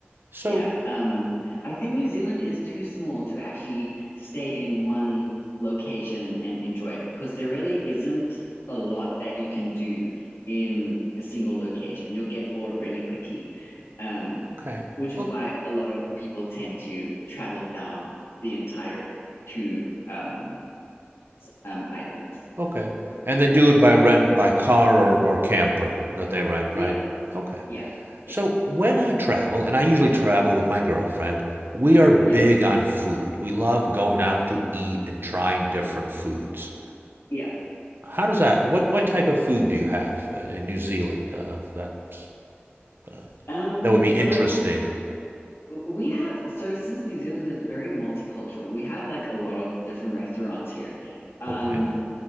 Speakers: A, on the right; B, on the left.
A: So,
B: Yeah. Um, I think New Zealand is too small to actually stay in one location and enjoy it because there really isn't a lot that you can do in a single location. You'll get bored really quickly. Um,
A: okay.
B: which is
A: Well,
B: why a lot of people tend to travel down the entire two um s- um islands.
A: Okay. And they do it by rent, by car or, or camper that they rent,
B: Yeah,
A: right? Okay.
B: yeah, yeah,
A: So when I travel, and I usually travel with my girlfriend, we are big
B: yeah,
A: on food. We love going out to eat and trying different foods.
B: yeah.
A: How does that, what, what type of food do you have uh, in New Zealand uh, that's, uh,
B: Um,
A: that would be
B: so
A: interesting?
B: We have so since New Zealand is very multicultural, we have like a lot of different restaurants here. Um,
A: Okay.